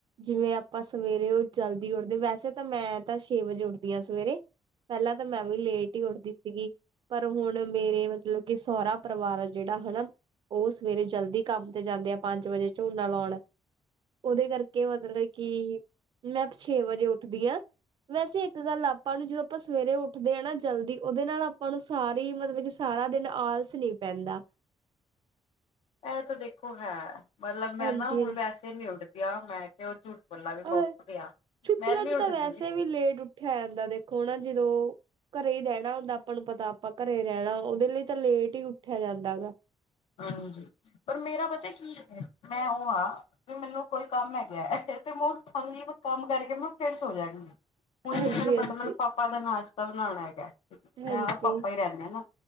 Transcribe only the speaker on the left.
ਇਹ ਤੇ ਦੇਖੋ ਹੈਂ। ਮਤਲਬ ਮੈਂ
ਨਾ ਹੁਣ ਵੈਸੇ ਨ ਉੱਠ ਗਿਆ ਮੈਂ ਕਿਹਾ ਉਹ ਝੂਠ ਬੱਲਾ ਵੀ ਮੈਂ
ਉੱਠ ਗਿਆ।
ਮੈਂ ਨੀ
ਉੱਠਦੀ।
ਹਾਂਜੀ ਪਰ ਮੇਰਾ ਪਤਾ ਕੀ ਐ। ਮੈਂ ਉਹ ਆ ਮੈਨੂੰ ਕੋਈ ਕੰਮ ਹੈਗਾ। ਇੱਥੇ ਤੇ ਕੰਮ ਕਰਕੇ ਮੈ ਫੇਰ ਸੋ ਜਾਨੀ ਆ। ਹੁਣ
ਮੈਨੂੰ ਪਤਾ
ਮੈਨੂੰ ਪਾਪਾ ਦਾ ਨਾਸ਼ਤਾ ਬਣਾਂਣਾ ਹੈਗਾ।
ਮੈਂ ਔਰ ਪਾਪਾ ਹੀ ਰਹਿਣੇ ਨਾ।